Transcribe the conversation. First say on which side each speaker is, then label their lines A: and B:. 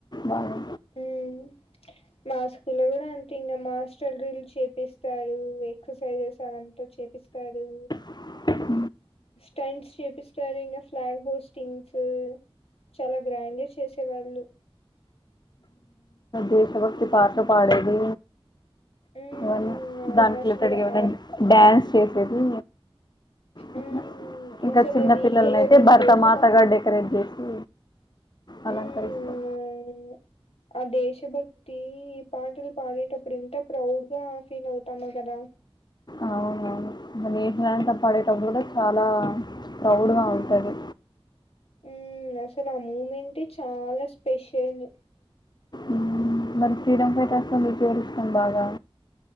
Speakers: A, on the left; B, on the left.
A: బాగా
B: మ్ మా స్కుల కూడా అంత ఇంగ మాస్టర్ డ్రిల్ చేపిస్తారు ఎక్సర్సైజెస్ అవంతా చేపిస్తారు
A: <unintelligible>
B: టైంకి చూపిస్తారు ఇంగా ఫ్లాగ్ హాయిస్టింగ్ సు చాలా గ్రాండ్ గా చేసే వాళ్ళు.
A: దేశ భక్తి పాటలు పాడేది
B: ఉమ్
A: అ
B: అవును
A: దాట్లో
B: అసలు
A: తడిగ ఏమన్నా
B: ఆ
A: డ్యాన్స్ చేసేది <unintelligible>
B: ఉమ్
A: ఇంకా
B: అసలది
A: చిన్న పిల్లలని
B: దేశభక్
A: అయితే భర్త మాత గడ ఎంకరేజ్ చేసి అలంకరిస్తారు
B: ఉమ్ అవును ఆ దేశభక్తి ఈ పాటలు పాడేటప్పుడు ఉంటే ప్రౌడ్ గా ఫీల్ అవుతన్నవ్ కదా
A: అవునవును నేషనల్ యంతం పాడేటప్పుడు కూడా చాలా ప్రౌడ్గా ఉంటది
B: ఉం అసలు ఆ మూమెంట్ చాలా స్పెషల్
A: మ్మ్. మరి ఫ్రీడమ్ ఫైటర్స్తో మీకేవరిస్టం బాగా